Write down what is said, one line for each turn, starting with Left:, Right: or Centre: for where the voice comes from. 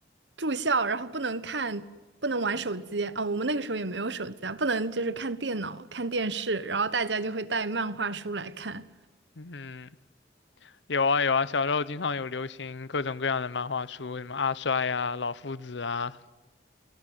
Right: 住校，然后不能看，不能玩手机啊。我们那个时候也没有手机啊，不能就是看电脑、看电视，然后大家就会带漫画书来看。
Left: <laughs> 嗯，有啊有啊，小时候经常有流行各种各样的漫画书，什么阿衰啊、老夫子啊。